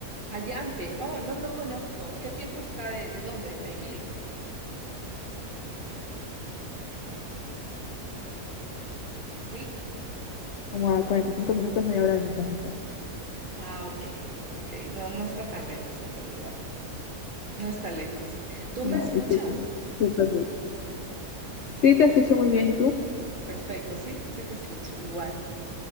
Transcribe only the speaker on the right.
Ayampe. Oh, no, no conozco. ¿Qué tiempo está de, de dónde? ¿De Guayaquil? ¿Sí?
Ah, ok, ok. No, no está tan lejos en realidad. No está lejos. ¿Tú
me escuchas?
Perfecto, sí, sí te escucho, igual.